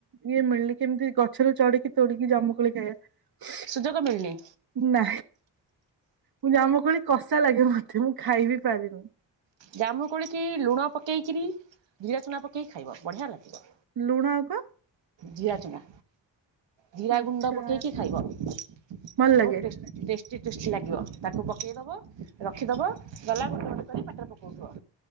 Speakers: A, on the right; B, on the right.
A: ଇଏ ମିଳିନି କେମିତି ଗଛରେ ଚଦିକି ତୋଳିକି ଜାମୁକୋଳି ଖାଇବା <inaudible> ହ
B: ସୁଯୋଗ ମିଳିନି।
A: ନା ମୁଁ ଜାମୁ କୋଳି କଷା ଲାଗେ ମତେ ମୁଁ ଖାଇବି ପାରେନି।
B: ଜାମୁଁ କୋଳିକି ଲୁଣ ପକେଇକରି ଜିରା ଚଣା ପକେଇକି ଖାଇବ ବଢ଼ିଆ ଲାଗିବ।
A: ଲୁଣ ଆଉ କଁ?
B: ଜିରା ଚୁନା ଜିରା
A: ଆଚ୍ଛା
B: ଗୁଣ୍ଡ ପକେଇକି ଖାଇବ ବୋହୁତ
A: ଭଲ ଲାଗେ
B: ଟେଷ୍ଟି। ଟେଷ୍ଟି ଟେଷ୍ଟି ଲାଗିବ ତାକୁ ପକେଇ ଦବ ରଖିଦବ ଗଲା ଗୋଟେ ଗୋଟେ କରି ପାଟିରେ ପକଉଥିବ।